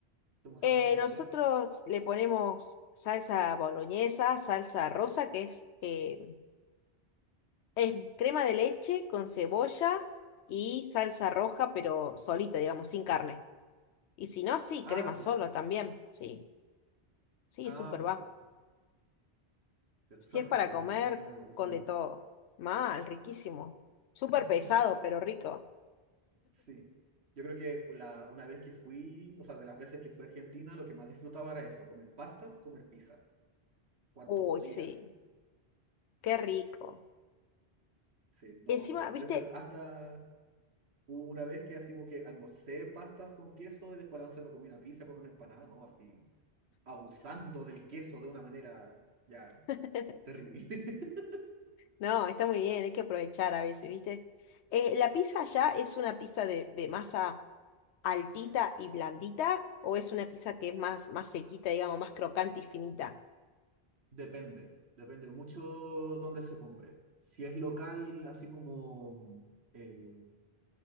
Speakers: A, on the right; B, on the left.
A: Como
B: Eh,
A: salsa de tomate.
B: nosotros le ponemos salsa boloñesa, salsa rosa, que es, eh, es crema de leche con cebolla y salsa roja, pero solita, digamos, sin carne. Y si no, sí,
A: Ah,
B: crema
A: ya.
B: solo también. Sí, sí,
A: Ah,
B: súper
A: perfecto.
B: va.
A: Pero
B: Si
A: Son
B: es
A: ricos
B: para
A: los
B: comer,
A: ñoquis, a mí me gustan.
B: con de todo. Mal, riquísimo. Súper
A: <laughs>
B: pesado, pero rico.
A: Sí. Yo creo que la, una vez que fui, o sea, de las veces que fui a Argentina, lo que más disfrutaba era eso, comer pastas, comer pizza, cuanto
B: Uy,
A: podía.
B: sí, qué rico.
A: Sí, no,
B: Encima,
A: maravilloso.
B: viste,
A: De hecho, hasta Hubo una vez que así como que almorcé pastas con queso y después a la once me comí una pizza con una empanada, ¿no? Así, abusando del queso de una manera ya
B: <laughs>
A: terrible. <laughs>
B: No, está muy bien, hay que aprovechar a veces, ¿viste? Eh, ¿la pizza allá es una pizza de, de masa altita y blandita o es una pizza que es más, más sequita, digamos, más crocante y finita?
A: Depende, depende mucho dónde se compre. Si es local, así como eh,